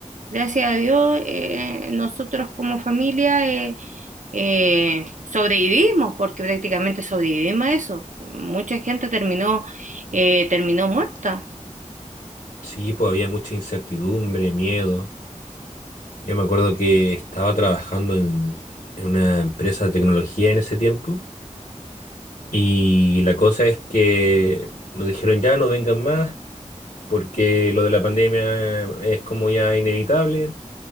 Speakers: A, on the right; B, on the left.
A: Gracias a Dios, eh, nosotros como familia eh, eh, sobrevivimos, porque prácticamente sobrevivimos a eso. Mucha gente terminó, eh, terminó muerta.
B: Sí, pues había mucha incertidumbre, miedo. Yo me acuerdo que estaba trabajando en, en una empresa de tecnología en ese tiempo y la cosa es que nos dijeron ya no vengan más porque lo de la pandemia es como ya inevitable.